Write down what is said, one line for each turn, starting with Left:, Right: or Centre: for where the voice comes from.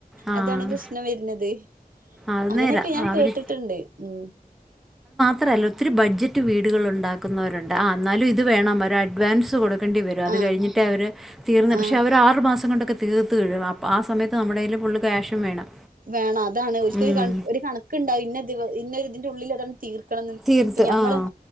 Centre: ആഹ്
Right: അതാണ് പ്രശ്നം വര്ന്നത്
Centre: അത്
Right: അങ്ങനെയൊക്കെ
Centre: നേരാ
Right: ഞാൻ
Centre: അവര്
Right: കേട്ട്ട്ട്ണ്ട് മ്
Centre: ത്രല്ല ഒത്തിരി ബഡ്ജെറ്റ് റ്റ് വീടുകൾ ണ്ടാക്കുന്നവരൊണ്ട് ആ അന്നാലും ഇത് വേണം ഒരു അഡ്വാൻസ് കൊട് ക്കേണ്ടി വരും അത്
Right: ആ
Centre: കഴിഞ്ഞിട്ട് അവര് തീർന്ന്
Right: ആ
Centre: പക്ഷെ അവര് ആറ് മാസം കൊണ്ട് കെ തീർത്ത് കഴും അപ്പ ആ സമയത്ത് നമ്മുടേല് ക ഫുള്ള് ക്യാഷും വേണം
Right: വേണം അതാണ് ഒരിക്ക
Centre: ഉം
Right: ക ഒരു കണക്ക്ണ്ടാവും ഇന്നെ ഇന്നൊ ഇതിന്റെ ഉള്ളിൽ ഇതൊന്ന് തീർക്ക ണംന്ന്
Centre: തീർത്ത്
Right: ഇപ്പ നമ്മള്
Centre: ആഹ്